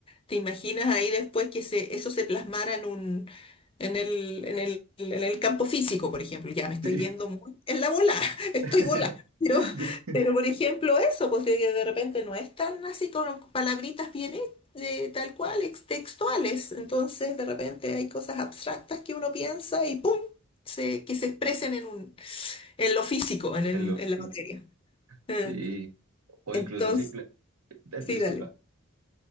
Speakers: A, on the left; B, on the right.
A: te imaginas ahí después que se, eso se plasmara en un, en el, en el, en el campo físico, por ejemplo. Ya me estoy
B: Sí.
A: yendo muy en la bola, <laughs> estoy
B: <laughs>
A: bola. Pero,
B: Sí.
A: pero por ejemplo, eso, pues de, de repente no es tan así con palabritas bien de tal cual, ex- textuales. Entonces, de repente hay cosas abstractas que uno piensa y ¡pum! Se, que se expresen en un, en lo físico, en, en-
B: El oficio.
A: en la materia. Eh,
B: Sí. O
A: Entonces,
B: incluso simple, eh,
A: sí,
B: disculpa,
A: dale,